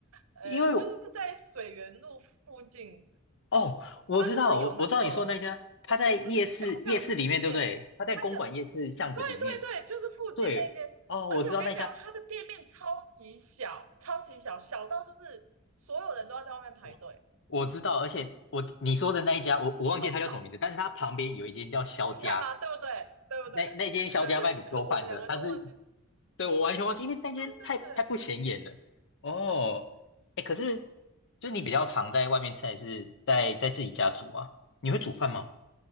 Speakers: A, on the right; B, on the left.
A: 呃，
B: 因为
A: 就是在水源路附近，
B: 哦，我知道，
A: 它就是有那个，
B: 我我知道你说的那家，他在夜市夜市里面，
A: 就是它就是小巷子里面，
B: 对不对？他在公馆夜市巷子里面。
A: 它是对对对，就是附近那间，
B: 对，哦，
A: 而且我跟你讲，
B: 我知道那家，
A: 它的店面超级小，超级小，小到就是所有人都要在外面排队，
B: 我我知道，而且我你说的那一家，我我忘记他叫什么名字，
A: 很好吃，
B: 但是他旁边有一间叫肖家，
A: 你看吧，对不对？对不对？
B: 那那间肖家卖卤肉饭的，
A: <laughs> 对对，对，我们两个都忘记了，
B: 他是，对，我完全忘记，因为那间太太不显眼了。
A: 对对对，
B: 哦，哎，可是就是你比较常在外面吃，
A: 是。
B: 还是在在自己家煮啊？你会煮饭吗？